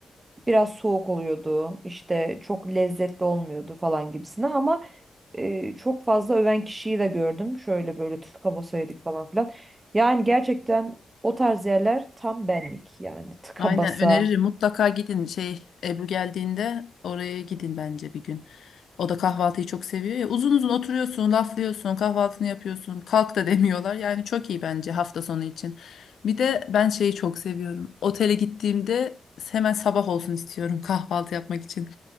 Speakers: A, on the right; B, on the left.
A: biraz soğuk oluyordu işte çok lezzetli olmuyordu falan gibisine ama eee, çok fazla öven kişiyi de gördüm. Şöyle böyle tıka basa yedik falan filan. Yani gerçekten o tarz yerler tam benlik yani tıka
B: Aynen
A: basa
B: öneririm. Mutlaka gidin şey Ebru geldiğinde oraya gidin bence bir gün. O da kahvaltıyı çok seviyor ya. Uzun uzun oturuyorsun, laflıyorsun, kahvaltını yapıyorsun. Kalk da <laughs> demiyorlar. Yani çok iyi bence hafta sonu için. Bir de ben şeyi çok seviyorum. Otele gittiğimde hemen sabah olsun istiyorum kahvaltı yapmak için.